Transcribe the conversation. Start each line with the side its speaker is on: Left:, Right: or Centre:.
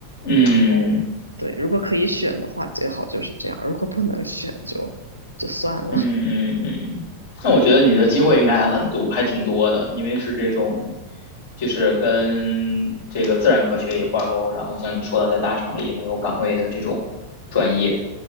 Left: 嗯，
Right: 然后对，如果可以选的话，最好就是这样；如果不能选就就算了。
Left: 嗯嗯嗯，
Right: <laughs>
Left: 那我觉得你的机会应该还很多，还挺多的，因为是这种，就是跟这个自然科学也挂钩，然后像你说的，在大厂里能有岗位的这种专业，